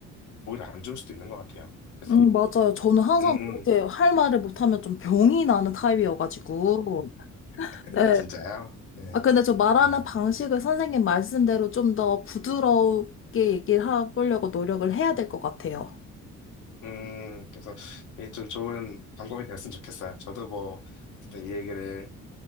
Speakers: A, on the left (about 75°); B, on the left (about 45°).
A: 오히려 안 좋을 수도 있는 것 같아요. 그래서
B: 음, 맞아요. 저는 항상
A: 음,
B: 그렇게
A: 음.
B: 할 말을 못하면 좀 병이 나는 타입이어가지고.
A: <laughs>
B: 네.
A: 진짜요? 네.
B: 아, 근데 저 말하는
A: 음.
B: 방식을 선생님 말씀대로 좀 더 부드럽게 얘기를 해보려고 노력을 해야 될 것 같아요.
A: 음, 그래서 이게 좀 좋은 방법이 됐으면 좋겠어요. 저도 뭐 어쨌든 이 얘기를